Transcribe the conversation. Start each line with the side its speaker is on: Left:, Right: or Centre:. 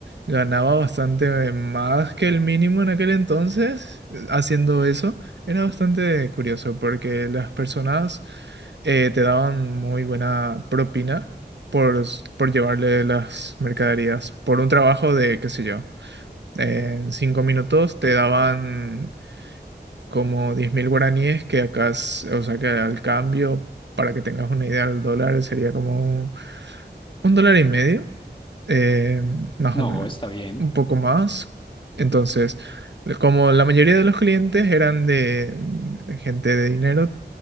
Right: Ganaba bastante más que el mínimo en aquel entonces eh, haciendo eso. Era bastante curioso porque las personas eh, te daban muy buena propina por, s- por llevarle las mercaderías. Por un trabajo de, qué sé yo, en cinco minutos te daban como diez mil guaraníes que acá, es- o sea que al cambio, para que tengas una idea, el dólar sería como... Un dólar y medio, eh, más
Left: No,
Right: o menos,
Left: está bien.
Right: un poco más. Entonces, como la mayoría de los clientes eran de, de gente de dinero,